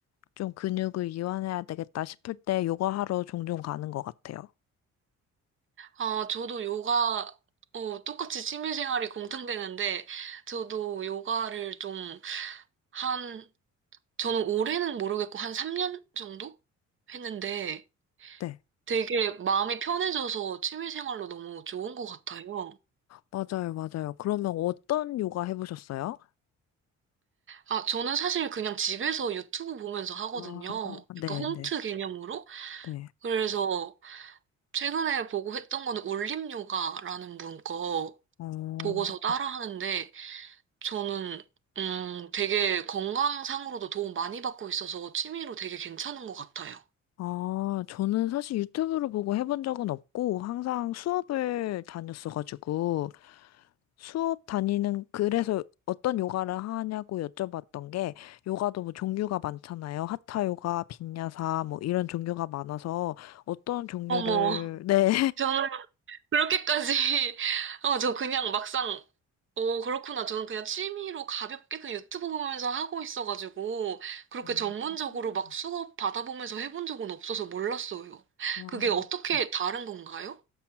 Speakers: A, on the left (about 60°); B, on the right (about 40°).
A: 좀 근육을 이완해야 되겠다 싶을 때 요가하러 종종 가는 것 같아요.
B: 아, 저도 요가, 어, 똑같이 취미생활이 공통되는데, 저도 요가를 좀, 한, 저는 올해는 모르겠고, 한 3년 정도? 했는데,
A: 네.
B: 되게 마음이 편해져서 취미생활로 너무 좋은 것 같아요.
A: 맞아요, 맞아요. 그러면 어떤 요가 해보셨어요?
B: 아, 저는 사실 그냥 집에서 유튜브 보면서 하거든요.
A: 아, 네,
B: 약간 홈트
A: 네,
B: 개념으로.
A: 네.
B: 그래서 최근에 보고 했던 거는 올림 요가라는 분 거
A: 어,
B: 보고서 따라 하는데, 저는 음, 되게 건강상으로도 도움 많이 받고 있어서 취미로 되게 괜찮은 것 같아요.
A: 아, 저는 사실 유튜브를 보고 해본 적은 없고, 항상 수업을 다녔어가지고, 수업 다니는, 그래서 어떤 요가를 하냐고 여쭤봤던 게, 요가도 뭐 종류가 많잖아요. 하타 요가, 빈야사, 뭐 이런 종류가 많아서, 어떤 종류를,
B: 어머,
A: 네.
B: 저는 그렇게까지, <laughs> 어, 저 그냥 막상, 어, 그렇구나. 저는 그냥 취미로 가볍게 그냥 유튜브 보면서 하고 있어가지고, 그렇게
A: <laughs> 아,
B: 전문적으로
A: 음.
B: 막 수업 받아보면서 해본 적은 없어서 몰랐어요.
A: 아,
B: 그게 어떻게
A: 네.
B: 다른 건가요?